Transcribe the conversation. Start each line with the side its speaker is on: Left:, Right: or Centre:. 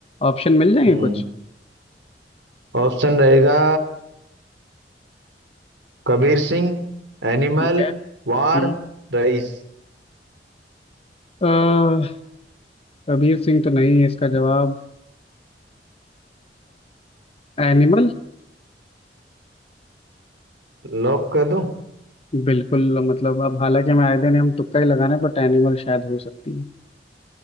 Left: ऑप्शन मिल जाएंगे
Right: हम्म
Left: कुछ
Right: ऑप्शन रहेगा Kabir Singh Animal
Left: ठीक है
Right: War
Left: हम्म
Right: Raees
Left: अह, कबीर सिंह तो नहीं है इसका जवाब एनिमल
Right: Lock कर दूं
Left: बिल्कुल मतलब अब हालांकि हम आए दिन हम तुक्का ही लगाने बट एनिमल शायद हो सकती है